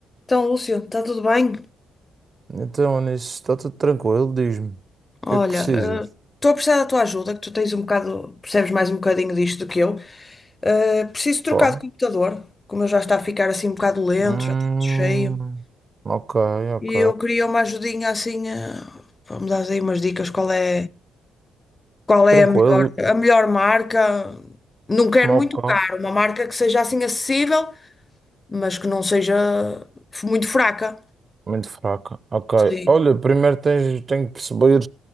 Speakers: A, on the left; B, on the right.
A: Então, Lúcio, está tudo bem?
B: Então, nisso está tudo tranquilo, diz-me. O
A: Olha,
B: que é que precisas?
A: eh, estou a precisar da tua ajuda, que tu tens um bocado, percebes mais um bocadinho disto do que eu. Eh, preciso trocar
B: Pá.
A: de computador, como eu já está a ficar assim um bocado lento,
B: Hum,
A: já está muito cheio.
B: ok, ok.
A: E eu queria uma ajudinha assim, eh, vamos dar aí umas dicas, qual é, qual
B: Tranquilo,
A: é a melhor, a melhor marca? Não quero
B: ok.
A: muito caro, uma marca que seja assim acessível, mas que não seja f- muito fraca.
B: Muito fraca. Ok.
A: Sim,
B: Olha, primeiro tens, tenho que perceber